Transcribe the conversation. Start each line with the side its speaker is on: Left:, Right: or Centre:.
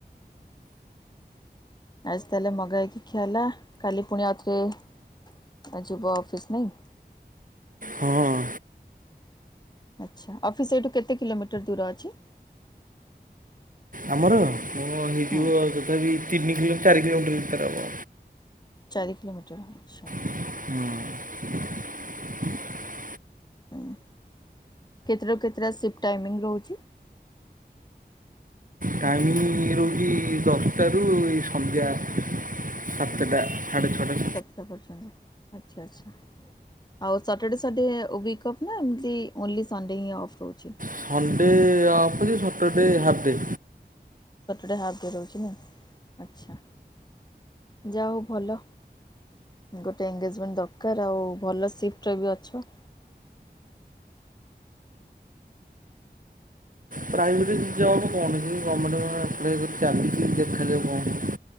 Left: ଆଜି ତାହେଲେ ମଗାହେଇକି ଖିଆ ହେଲା କାଲି ପୁଣି ଆଉଥରେ ଯିବ ଅଫିସ୍ ନାଇଁ?
Right: ହଁ
Left: ଆଚ୍ଛା ଅଫିସ୍ ଏଇଠୁ କେତେ କିଲୋମିଟର ଦୂର ଅଛି?
Right: ଆମର ହଁ ହେଇଯିବ
Left: ହୁଁ
Right: ତଥାପି ତିନି କିଲୋ, ଚାରି କିଲୋମିଟର ଭିତରେ ହବ।
Left: ଚାରି କିଲୋମିଟର ଆଚ୍ଛା।
Right: ହୁଁ।
Left: କେତେଟା ରୁ କେତେଟା ସିଫ୍ଟ ଟାଇମିଙ୍ଗ ରହୁଛି?
Right: ଟାଇମିଙ୍ଗ ରହୁଛି ଦଶଟାରୁ ଏଇ ସନ୍ଧ୍ୟା ସାତଟା। ସାଡେ ଛଅଟା।
Left: ସାତଟା ପର୍ଯ୍ୟନ୍ତ ଆଚ୍ଛା ଆଚ୍ଛା। ଆଉ ସାଟର୍ଡ଼େ ସଣ୍ଡେ ୱିକ୍ ଅଫ୍ ନା ଏମିତି ଓନ୍ଲି ସଣ୍ଡେ ହିଁ ଅଫ୍ ରହୁଛି?
Right: ସଣ୍ଡେ ଅଫ ଅଛି Saturday half day.
Left: Saturday half day ରହୁଛି ନା ଆଚ୍ଛା ଯା ହଉ ଭଲ। ଗୋଟେ ଏନଙ୍ଗେଜମେଣ୍ଟ ଦରକାର ଆଉ ଭଲ ସିଫ୍ଟ ବି ଅଛୁ।
Right: ପ୍ରାଇଭେଟ ଜବ କଣ ସେଇ ଗମେଣ୍ଟ ଆପ୍ଲାଏ କରିଛି ଚାଲିଛି ଦେଖା କଣ ହଉଛି।